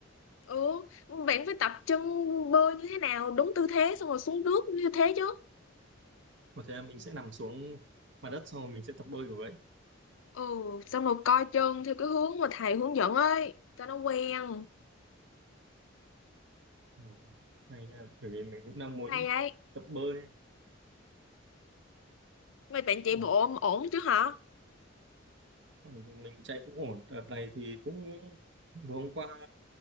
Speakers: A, on the left; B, on the right.
A: ừ bạn phải tập chân bơi như thế nào đúng tư thế xong rồi xuống nước như thế chứ
B: có thể là mình sẽ nằm xuống mặt đất xong rồi mình sẽ tập bơi của vậy
A: ừ xong rồi coi chân theo cái hướng mà thầy hướng dẫn ấy cho nó quen
B: ừ. hay nha bởi vì mình cũng đang
A: cũng
B: muốn
A: hay ấy
B: tập bơi
A: mấy bạn chạy
B: Ờ,
A: bộ ổn ổn chứ hả
B: ừ, mình chạy cũng ổn đợt này thì cũng vừa hôm qua